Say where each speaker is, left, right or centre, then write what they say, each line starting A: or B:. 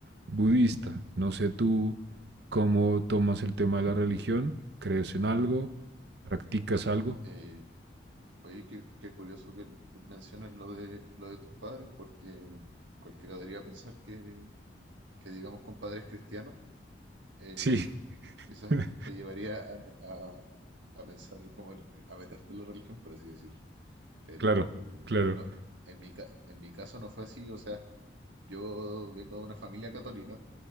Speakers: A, on the right (about 60°); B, on the right (about 80°).
A: budista. No sé tú cómo tomas el tema de la religión, crees en algo, practicas algo.
B: Eh, oye, qué, qué curioso que l- menciones lo de, lo de tus padres, porque cualquiera debería pensar que, que digamos, con padres cristianos, eh,
A: Sí,
B: quizás
A: <laughs>
B: te llevaría a, a- a pensar como el- a meterte en la religión, por así decirlo. Pero
A: claro, claro,
B: no, en mi, ca- en mi caso no fue así, o sea, yo vengo de una familia católica,